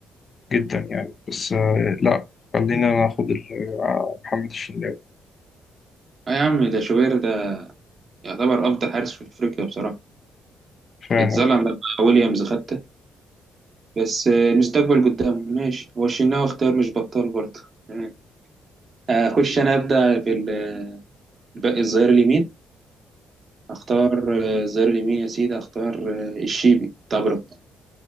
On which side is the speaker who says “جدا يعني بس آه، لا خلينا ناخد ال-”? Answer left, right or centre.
Left